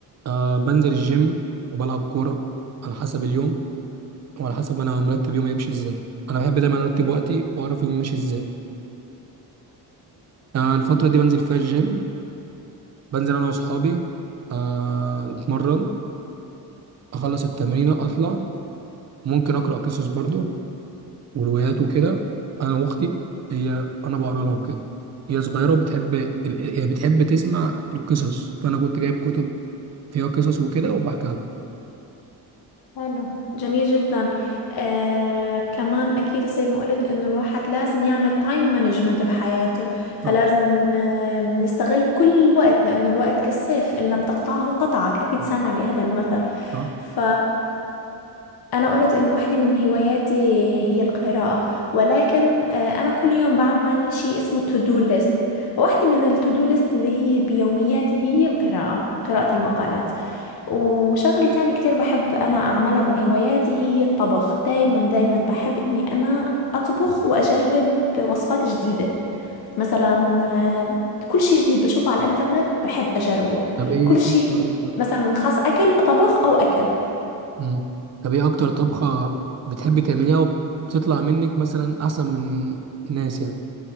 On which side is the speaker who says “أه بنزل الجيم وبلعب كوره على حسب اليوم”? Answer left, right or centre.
Right